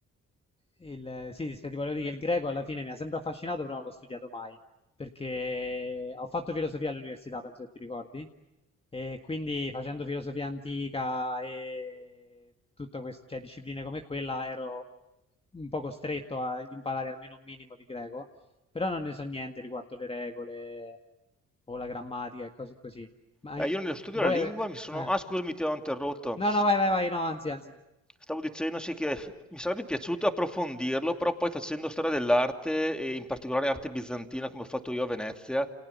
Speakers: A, on the left (about 20°); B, in the centre.
A: Il, sì, sì, sì, ti volevo dire che il greco alla fine mi ha sempre affascinato, però non l'ho studiato mai, perché ho fatto filosofia all'università, penso che ti ricordi, e quindi facendo filosofia antica e tutte queste, cioè, discipline come quella ero un po' costretto ad imparare almeno un minimo di greco, però non ne so niente riguardo le regole o la grammatica e cose così. Ma
B: Eh,
A: eh,
B: io nello studio
A: voi
B: della lingua
A: avete...
B: mi sono...
A: No,
B: Ah, scusami, ti ho interrotto.
A: no, vai, vai, vai, no, anzi, anzi.
B: Stavo dicendo sì, che mi sarebbe piaciuto approfondirlo, però poi facendo storia dell'arte, e in particolare arte bizantina, come ho fatto io a Venezia,